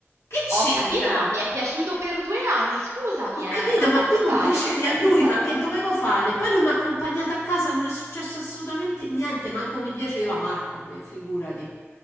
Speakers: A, on the left; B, on the right.
A: che c'entra?
B: Ho capito, ma mi è piaciuto per due anni, scusami,
A: Ma ho
B: eh,
A: capito,
B: ma,
A: ma
B: ma
A: tu
B: ti
A: non
B: pare,
A: piacevi
B: ma non è
A: a
B: la
A: lui,
B: stessa
A: ma
B: cosa?
A: che dovevo fare? Poi lui mi ha accompagnato a casa, non è successo assolutamente niente, manco mi piaceva Marco, a me, figurati.